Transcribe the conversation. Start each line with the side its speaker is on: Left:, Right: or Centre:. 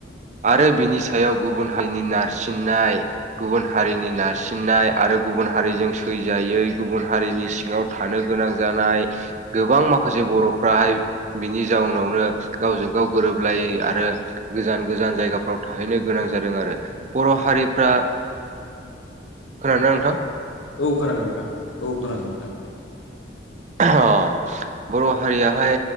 Right: आरो बिनि सायाव गुबुन हारिनि नारसिननाय गुबुन हारिनि नारसिननाय आरो गुबुन हारिजों सैजायै गुबुन हारिनि सिङाव थानो गोनां जानाय गोबां माखासे बर'फ्राहाय बिनि जाउनावनो गावजों गाव गोरोबलायै आरो गोजान गोजान जायगाफ्राव थाहैनो गोनां जादों आरो बर' हारिफ्रा खोनादोंना नोंथां
Left: औ खोनादों नोंथां औ खोनादों नोंथां
Right: अ 'बर' हारियाहाय